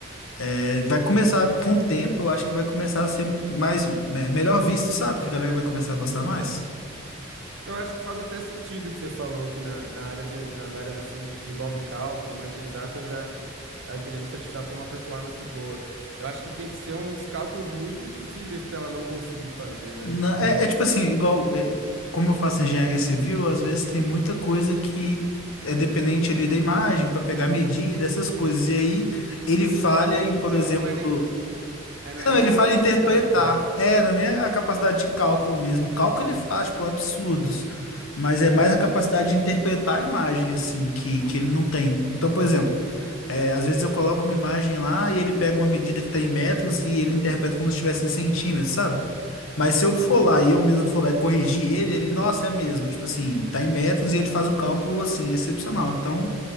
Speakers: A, on the left; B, on the right.
A: é, vai começar, com o tempo, eu acho que vai começar a ser mais, é, melhor visto, sabe? Que a galera vai começar a gostar mais.
B: Eu acho que faz até sentido o que você falou, que na, na área de, nas áreas assim que envolve cálculo, mais de exatas, a, a inteligência artificial tem uma performance boa. Eu acho que tem que ser uns cálculos muito impossíveis para ela não conseguir fazer, né?
A: Na- é,
B: <laughs>
A: é tipo assim, igual, é, como eu faço engenharia civil, às vezes tem muita coisa que é dependente ali da imagem para pegar medida, essas coisas. E aí ele falha em, por
B: Então,
A: exemplo,
B: não é nem, é, não é
A: não,
B: nem
A: ele
B: a incapacidade
A: falha em interpretar.
B: dela.
A: É, não é nem a capacidade de cálculo mesmo. Cálculo ele faz, tipo, absurdos. Mas é mais a capacidade de interpretar a imagem, assim, que, que ele não tem. Então, por exemplo, é, às vezes eu coloco uma imagem lá e ele pega uma medida que está em metros e ele interpreta como se estivesse em centímetros, sabe? Mas se eu for lá e eu mesmo for lá e corrigir ele, ele, nossa, é mesmo. Tipo assim, tá em metros e ele faz o cálculo assim, excepcional. Então,